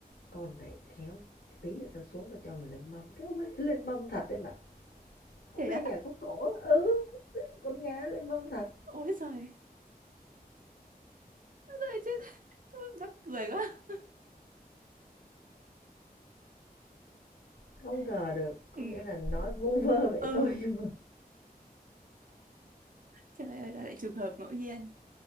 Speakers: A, on the left; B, on the right.
A: con này khéo tí nữa tao xuống tao cho mày lên mâm. Thế hôm nay <laughs> lên mâm thật đấy mà. Hôm
B: thế á
A: nay nhà có cổ, á. ừ, con gà lên mâm thật.
B: ôi giời ôi giời, chết <laughs> mắc cười quá
A: Không
B: Đấy.
A: ngờ được, có
B: Ừ.
A: nghĩa là nói vu vơ vậy
B: Ừ.
A: thôi nhưng mà
B: Trời ơi, đó lại trường hợp ngẫu nhiên.